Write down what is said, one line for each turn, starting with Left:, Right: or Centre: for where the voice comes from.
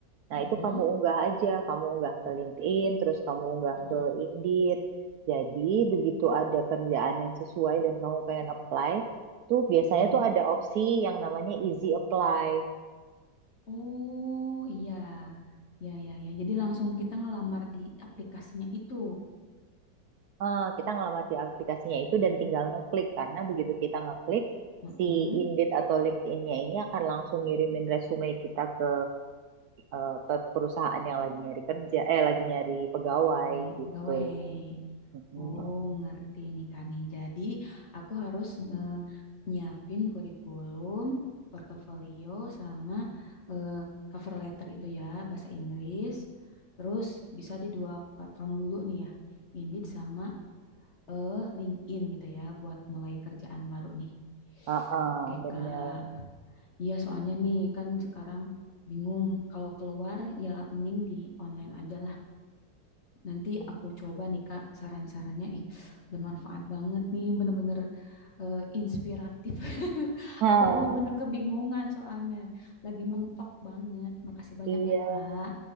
Right: nah
Left: mm-mm,
Right: itu kamu unggah aja, kamu unggah ke LinkedIn, terus kamu unggah
Left: mm-mm,
Right: ke Indeed. Jadi begitu ada kerjaan yang sesuai dan kamu pengen apply, tuh biasanya
Left: mm-mm.
Right: tuh ada opsi yang namanya easy apply.
Left: Oh iya, ya ya ya. Jadi langsung kita ngelamar di aplikasinya itu.
Right: eh, kita ngelamat di aplikasinya itu dan tinggal ngeklik karena begitu kita ngeklik
Left: Mm-mm.
Right: si Indeed atau LinkedIn-nya ini akan langsung ngirimin resume kita ke eh, pe- perusahaan yang lagi nyari kerja eh lagi nyari pegawai
Left: Pegawai,
Right: gitu.
Left: pegawai.
Right: Hmm.
Left: Oh, ngerti nih Kak nih. Jadi, aku harus nge nyiapin kurikulum, portofolio, sama eh, cover letter itu ya, bahasa Inggris. Terus bisa di dua platform dulu nih ya, Indeed sama eh LinkedIn gitu ya, buat mulai kerjaan baru nih.
Right: Heeh,
Left: Oke
Right: bener.
Left: Kak, iya soalnya nih kan sekarang bingung kalau keluar ya mending di online aja Nanti aku coba nih Kak saran-sarannya. Ih, bermanfaat banget nih, bener-bener eh, inspiratif. <laughs>
Right: Hah,
Left: Aku bener-bener kebingungan soalnya. Lagi mentok banget. Makasih banyak
Right: iya,
Left: ya Kak.